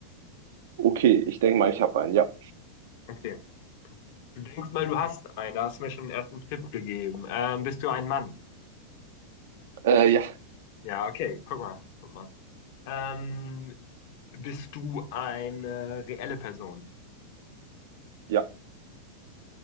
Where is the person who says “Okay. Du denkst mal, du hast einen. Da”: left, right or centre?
Left